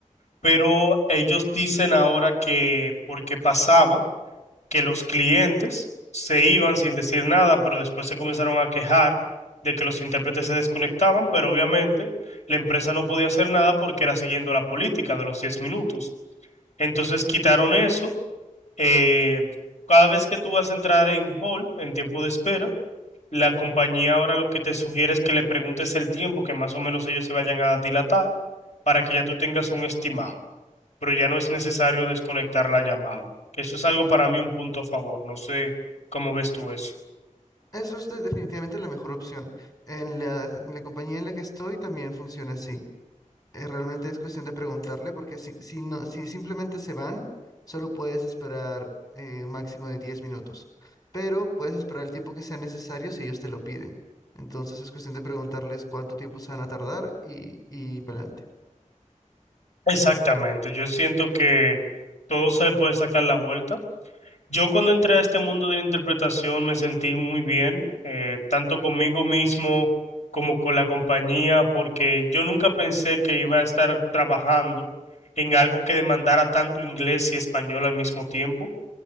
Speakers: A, on the left; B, on the left.
A: pero ellos dicen ahora que porque pasaba que los clientes se iban sin decir nada, pero después se comenzaron a quejar de que los intérpretes se desconectaban, pero obviamente la empresa no podía hacer nada porque era siguiendo la política de los 10 minutos. Entonces quitaron eso. eh, cada vez que tú vas a entrar en hall, en tiempo de espera, la compañía ahora lo que te sugiere es que le preguntes el tiempo que más o menos ellos se vayan a dilatar para que ya tú tengas un estimado pero ya no es necesario desconectar la llamada. Que eso es algo para mí un punto a favor. No sé cómo ves tú eso.
B: Eso es de- definitivamente la mejor opción. En la, en la compañía en la que estoy también funciona así. Eh, realmente es cuestión de preguntarle porque si, si, no, si simplemente se van, solo puedes esperar eh, un máximo de 10 minutos, pero puedes esperar el tiempo que sea necesario si ellos te lo piden. Entonces es cuestión de preguntarles cuánto tiempo se van a tardar y, y para adelante.
A: Exactamente, yo siento que todo se le puede sacar la vuelta. Yo cuando entré a este mundo de la interpretación me sentí muy bien, eh, tanto conmigo mismo como con la compañía, porque yo nunca pensé que iba a estar trabajando en algo que demandara tanto inglés y español al mismo tiempo.